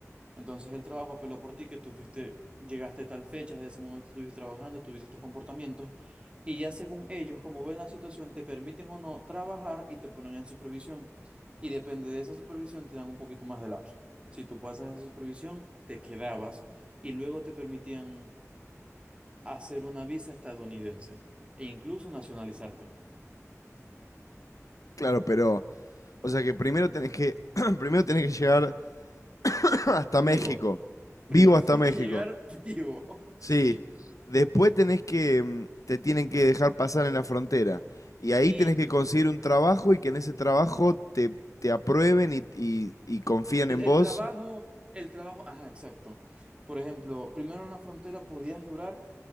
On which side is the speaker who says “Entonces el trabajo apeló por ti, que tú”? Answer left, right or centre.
Right